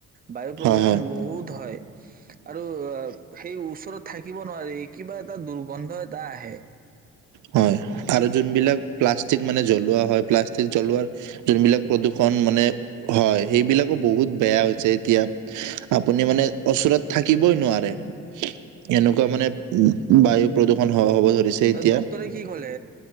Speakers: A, on the right (about 30°); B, on the right (about 80°).
A: বায়ু প্ৰদূষণ
B: হয় হয়
A: বহুত হয়। আৰু সেই ওচৰত থাকিব। নোৱাৰি কিবা এটা দুৰ্গন্ধ এটা আহে।
B: হয়। আৰু যোনবিলাক প্লাষ্টিক মানে জলোৱা হয় প্লাষ্টিক জলোৱাৰ যোনবিলাক প্ৰদূৰ্ষ মানে হয়, সেইবিলাকো বহুত বেয়া হৈছে এতিয়া আপুনি মানে ওচৰত থাকিবৈ নোৱাৰে। এনেকুৱা মানে উ, বায়ু প্ৰদূষণ হ, হব ধৰিছে এতিয়া
A: ডক্টৰে কি ক'লে?